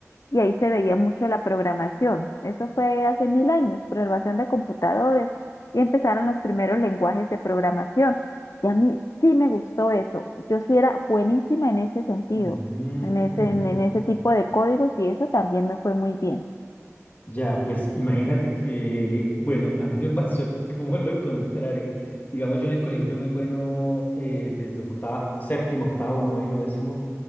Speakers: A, on the left; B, on the left.
A: y ahí se veía mucho la programación. Eso fue hace mil años, programación de computadores y empezaron los primeros lenguajes de programación. Y a mí sí me gustó eso. Yo sí era buenísima en ese sentido,
B: Mm,
A: en ese,
B: bueno.
A: en, en ese tipo de códigos y eso también me fue muy bien.
B: Ya, pues imagínate que, bueno, a mí me pasó <laughs> como lo contrario. Digamos, yo en el colegio fui muy bueno eh, desde octavo, séptimo, octavo, noveno, décimo,